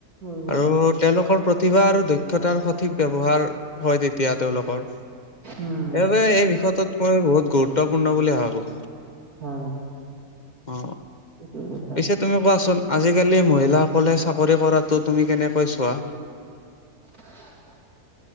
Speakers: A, on the right (about 70°); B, on the left (about 30°).
A: হুম হুম
B: আৰু তেওঁলোকৰ প্ৰতিভা আৰু দক্ষতাৰ সঠিক ব্যৱহাৰ হয় এতিয়া তেওঁলোকৰ সেইবাবে
A: উম
B: এই বিষয়টোত মই বহুত গুৰুত্বপূৰ্ণ বুলি ভাবো।
A: হয়।
B: অ
A: ঠিকেই কৈছা
B: পিছে। তুমি কোৱাচোন আজিকালি মহিলাসকলে চাকৰি কৰাটো তুমি কেনেকৈ চোৱা।
A: <unintelligible>